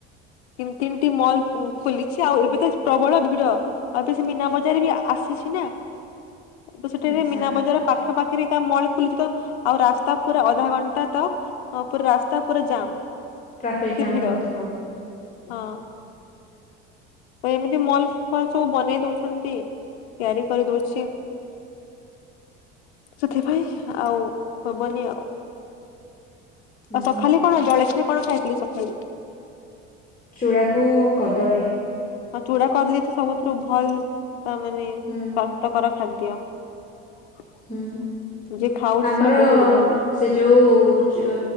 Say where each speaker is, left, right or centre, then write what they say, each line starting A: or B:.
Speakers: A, on the left; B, on the left.
A: ତିନି ତିନିଟି ମଲ୍ ଖୋଲିଛି ଆଉ ଏବେ ତ ପ୍ରବଳ ଭିଡ। ଆଉ ବେଶୀ ମୀନା ବଜାର ବି ଆସିଛି ନା। ତ ସେଠାରେ
B: ଆଚ୍ଛା
A: ମୀନା ବଜାର ପାଖ ପାଖରେ ଏକା ମଲ ଖୋଲିଛି ତ ଆଉ ରାସ୍ତା ପୁରା ଅଧା ଘଣ୍ଟା ତ ହ ପୁରା ରାସ୍ତା ପୁରା ଜାମ୍
B: ଟ୍ରାଫିକ
A: ଏତେ
B: ଜାମ
A: ଭିଡ
B: ରହୁଥିବ।
A: ହଁ। ଏମିତି ମଲ ଫଲ ସବୁ ବନେଇ ଦଉଛନ୍ତି ତିଆରି କରି ଦଉଛି। ସେଥିପାଇଁ ଆଉ ହବନି ଆଉ।
B: ହୁଁ
A: ଆଉ ସଖାଲେ କଣ ଜଳଖିଆ କଣ ଖାଇଥିଲି ସକାଳେ।
B: ଚୂଡ଼ାକୁ କଦଳୀ।
A: ହଁ ଚୁଡା କଦଳୀ ତ ସବୁଥିରୁ ଭଲ ତା ମାନେ ସ୍ଵାସ୍ଥ୍ୟକର
B: ହୁଁ
A: ଖାଦ୍ୟ। <unintelligible>
B: ହୁଁ
A: ଯିଏ ଖାଉଚି
B: ଆମର
A: ସେଇଟା ବହୁତ ଭଲ।
B: ସେ ଯୋଉ ଯୋ